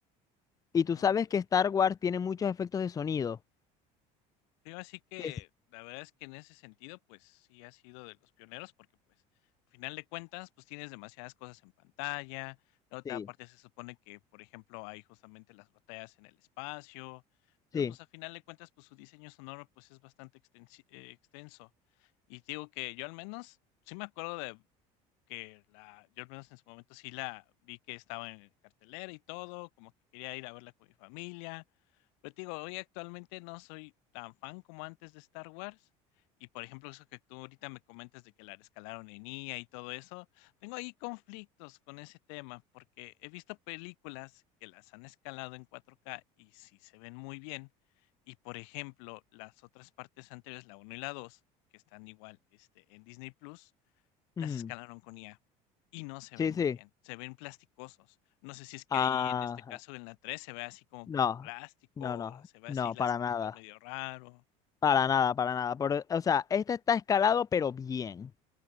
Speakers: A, on the left (about 25°); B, on the left (about 80°).
A: Y
B: no,
A: tú sabes que
B: es
A: Star
B: que
A: Wars tiene muchos efectos de sonido.
B: Sí, así que
A: Es-
B: la verdad es que en ese sentido, pues sí has sido de los pioneros, porque pues al final de cuentas, pues tienes demasiadas cosas en pantalla. La otra
A: Sí,
B: parte se supone que, por ejemplo, hay justamente las batallas en el espacio. Entonces,
A: sí,
B: pues al final de cuentas, pues su diseño sonoro pues es bastante extensi- eh, extenso. Y te digo que yo al menos sí me acuerdo de que la, yo al menos en su momento sí la vi que estaba en cartelera y todo, como que quería ir a verla con mi familia pero te digo, hoy actualmente no soy tan fan como antes de Star Wars. Y por ejemplo, eso que tú ahorita me comentas de que la rescalaron en IA y todo eso, tengo ahí conflictos con ese tema, porque he visto películas que las han escalado en 4K y sí se ven muy bien. Y por ejemplo, las otras partes anteriores, la uno y la 2 que están igual este, en Disney Plus,
A: ujú,
B: las escalaron con IA y no se
A: sí,
B: ven muy
A: sí.
B: bien, se ven plasticosos. No sé si es que
A: Ah,
B: ahí en este caso en la 3 se ve así como
A: no,
B: que plástico,
A: no, no,
B: se ve
A: no,
B: así las
A: para
B: texturas
A: nada.
B: medio raro.
A: Para nada, para nada. Por- o sea, este está escalado, pero bien,